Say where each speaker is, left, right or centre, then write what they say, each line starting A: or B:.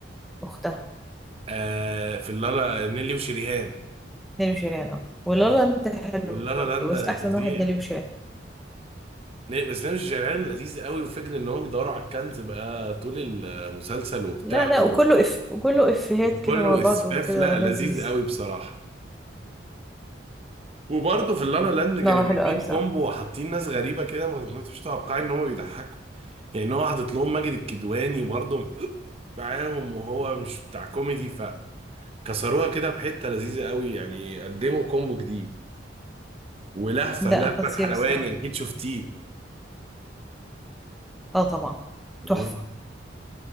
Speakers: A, in the centre; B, on the right.
A: اختها
B: آه في اللالا نيلي وشريهان
A: نيلي وشيرين اه ولا
B: طب
A: لا انت حلو
B: واللالا
A: برضه
B: لاند
A: بس
B: ده
A: احسن
B: فظيع
A: واحد نيلي وشيرين
B: ن- بس نيلي وشريهان لذيذ قوي وفكرة ان هم بيدوروا على الكنز بقى طول المسلسل وبتاع
A: لا لا
B: و-
A: وكله اف وكله افيهات
B: وكله
A: كده مع بعض
B: اسفاف
A: وكده
B: لا
A: لذيذ
B: لذيذ قوي بصراحه وبرضه في اللالا لاند كانوا
A: لا هو
B: جايبين
A: حلو قوي صراحه
B: كومبو وحاطين ناس غريبه كده ما كنتش متوقعين ان هم بيضحكوا يعني ان هو حاطط لهم ماجد الكدواني برضه معاهم وهو مش بتاع كوميدي فكسروها كده بحته لذيذه قوي يعني قدموا كومبو جديد ولهفه
A: ده
B: لهفه
A: خطير
B: الحلواني
A: الصراحه
B: اكيد شفتيه
A: اه طبعا
B: مم.
A: تحفه